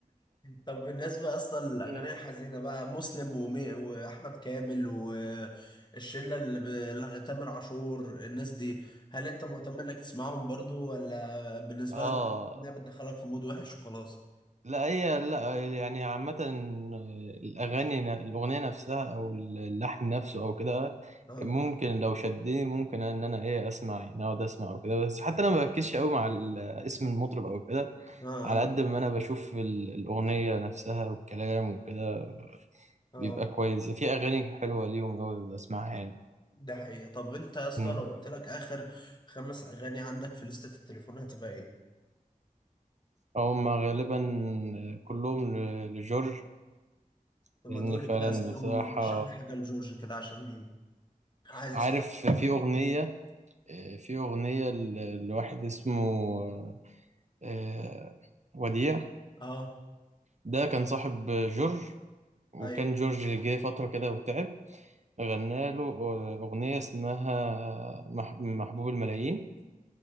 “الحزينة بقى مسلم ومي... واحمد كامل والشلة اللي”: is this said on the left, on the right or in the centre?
Left